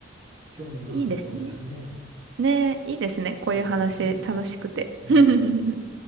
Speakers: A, on the right; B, on the right.
A: 興味があるところですね。
B: いいですね。ねえ、いいですね。こういう話、
A: いいですね。
B: 楽しくて。
A: うん。
B: <laughs>